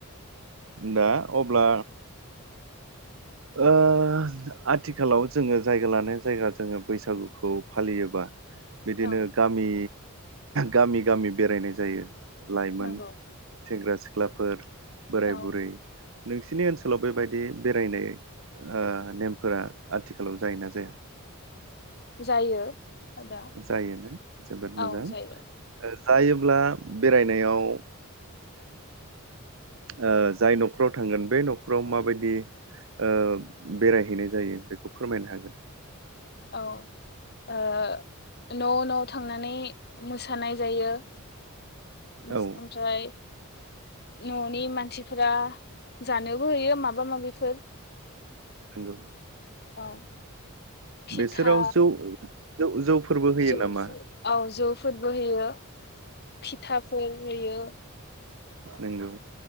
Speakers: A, on the right; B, on the left.
A: दा अब्ला ओ आथिखालाव जोङो जायगा लानाय जायगा जोङो बैसागुखौ फालियोबा बिदिनो
B: औ
A: गामि गामि गामि बेरायनाय जायो। लाइमोन
B: नंगौ
A: सेंग्रा सिख्लाफोर बोराय
B: औ
A: बुरै नोंसिनि ओनसोलाव बेबायदि बेरायनाय ओनेमफोरा आथिखालाव जायोना जाया
B: जायो। आदा
A: जायोना जोबोद मोजां
B: औ जायो
A: जायोब्ला बेरायनायाव ओ जाय न'खराव थांगोन बे न'खराव माबायदि ओ बेरायहैनाय जायो बेखौ फोरमायनो हागोन।
B: औ ओ न' न' थांनानै मोसानाय जायो। ओमफ्राय
A: औ
B: न'नि मानसिफोरा जानोबो होयो माबा माबिफोर
A: नंगौ
B: औ। फिथा
A: बिसोराव जौ जौ जौफोरबो होयो
B: जौ
A: नामा
B: औ जौफोर बो होयो फिथाफोर होयो।
A: नोंगौ।